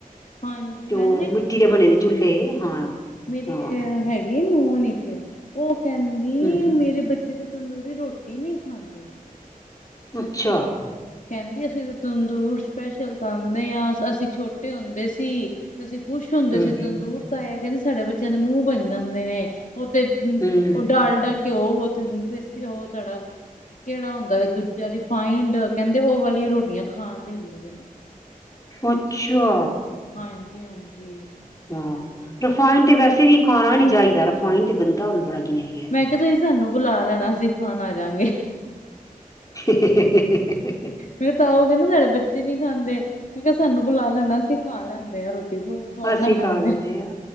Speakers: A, on the left (about 60°); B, on the left (about 25°).
A: ਹਾਂਜੀ ਮੈਨੂੰ
B: ਤੇ ਉਹ ਮਿੱਟੀ ਦੇ ਬਨੇ ਨੇ ਚੁੱਲ੍ਹੇ, ਹਾਂ।
A: ਮੇਰੇ
B: ਹਾਂ
A: ਅਹ ਹੈਗੇ ਨੂੰਨ 'ਚ, ਉਹ ਕੈਂਦੀ,
B: ਹਮ
A: ਮੇਰੇ ਬੱਚੇ ਕਿਤੇ ਤੰਦੂਰੀ ਰੋਟੀ ਨੀ ਖਾਂਦੇ।
B: ਅੱਛਾ।
A: ਕੈਂਦੇ, ਅਸੀਂ ਤਾਂ ਤੰਦੂਰ ਸਪੈਸ਼ਲ ਤਾਂਨੇ ਆ, ਅਸੀਂ ਛੋਟੇ ਹੁੰਦੇ ਸੀ 'ਤੇ ਅਸੀਂ ਖੁਸ਼ ਹੁੰਦੇ
B: ਹਮ
A: ਸੀ ਤੰਦੂਰਤ ਤਾਇਐ, ਕੈਂਦੇ, ਸਾਡੇ ਬੱਚਿਆਂ ਦੇ ਮੂੰਹ ਬਨ ਜਾਂਦੇ ਨੇ, ਉਹ ਤੇ ਹੂੰ,
B: ਹਮ
A: ਉਹ ਡਾਲਡਾ ਘਿਓ ਤੇ ਦੇਸ ਘਿਓ ਤੁਆਡਾ, ਕੇੜਾ ਹੁੰਦਾ ਵੇ ਦੂਜਾ ਰਿਫਾਈਨਡ? ਕੈਂਦੇ, ਓਹ ਵਾਲੀ ਰੋਟੀਆਂ ਖਾਨ। ਕੀ ਹੁੰਦਾ ਪੇਐ? ਮੈ
B: ਅੱਛਾ।
A: ਹਾਂਜੀ-ਹਾਂਜੀ।
B: ਹਾਂ, ਰਿਫਾਇਡ 'ਤੇ ਵੈਸੇ ਵੀ ਖਾਨਾ ਨੀ ਚਾਈਦਾ, ਰਿਫਾਇਨ 'ਤੇ ਗੰਦਾ ਹੋਵੇ ਬੜਾ ਗਿਨਿਐ ਗਿਐ।
A: ਤੇ ਬਈ, ਤੁਸੀਂ ਸਾਨੂੰ ਬੁਲਾ ਲੈਨਾ, ਅਸੀਂ ਖਾਨ ਆ ਜਾ ਗੇ।
B: ਹੇ-ਹੇ-ਹੇ-ਹੇ-ਹੇ-ਹੇ-ਹੇ। <unintelligible>
A: ਫਿਰ ਤਾਓਗੇ ਨਾ ਸਾਡੇ ਬੱਚੇ ਨੀ ਖਾਂਦੇ, ਮੈਂ ਕੇਆ, ਸਾਨੂੰ ਬੁਲਾ ਲੈਨਾ, ਅਸੀਂ ਖਾ ਲੈਂਦੇ ਆ ਰੋਟੀ। ਸਵਾਦ
B: ਅਸੀ
A: ਨਾਲ ਖਾਂਦੇ
B: ਖਾ ਲੈਂਨੇ ਆ,